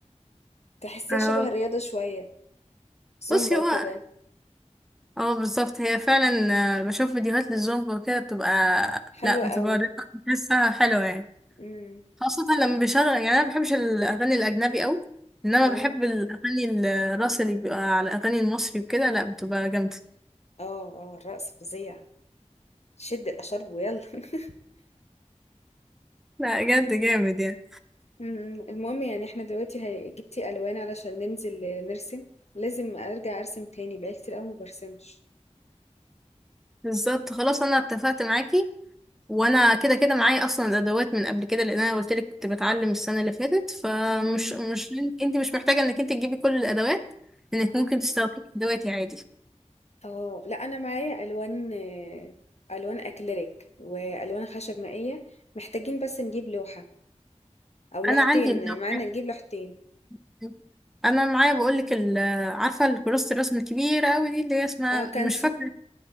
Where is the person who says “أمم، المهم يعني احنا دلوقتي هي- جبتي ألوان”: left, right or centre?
Left